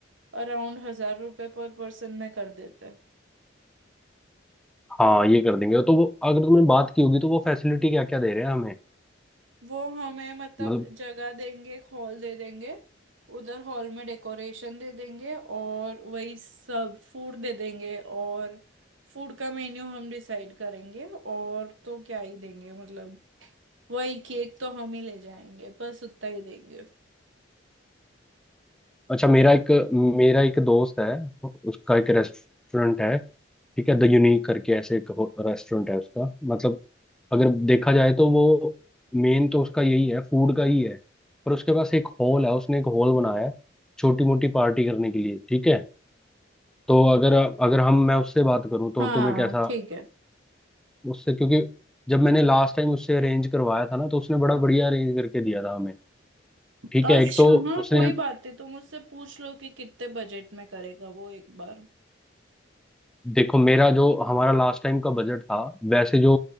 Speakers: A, on the right; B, in the centre.
A: अराउंड हजार रुपए पर पर्सन में कर देते
B: हाँ ये कर देंगे तो वो अगर तुमने बात की होगी तो वो फैसिलिटी क्या क्या दे रहे हैं हमें
A: वो हमें मतलब
B: मतलब
A: जगह देंगे एक हॉल दे देंगे उधर हॉल में डेकोरेशन दे देंगे और वही सब फूड दे देंगे और फूड का मेन्यू हम डिसाइड करेंगे और तो क्या ही देंगे मतलब वही केक तो हम ही ले जाएंगे बस उतना ही देंगे
B: अच्छा मेरा एक मेरा एक दोस्त है उसका एक रेस्टोरेंट है ठीक है द यूनिक करके ऐसे एक रेस्टोरेंट है उसका मतलब अगर देखा जाए तो वो मेन तो उसका यही है फूड का ही है पर उसके पास एक हॉल है उसने एक हॉल बनाया है छोटी मोटी पार्टी करने के लिए ठीक है तो अगर अगर हम मैं उससे बात करूं तो
A: हाँ
B: तुम्हें कैसा
A: ठीक है
B: उससे क्योंकि जब मैंने लास्ट टाइम उससे अरेंज करवाया था ना तो उसने बड़ा बढ़िया अरेंज करके दिया था हमें
A: अच्छा
B: ठीक है एक तो
A: हाँ
B: उसने
A: कोई बात नहीं तो मुझसे पूछ लो कि कितने बजट में करेगा वो एक बार
B: देखो मेरा जो हमारा लास्ट टाइम का बजट था वैसे जो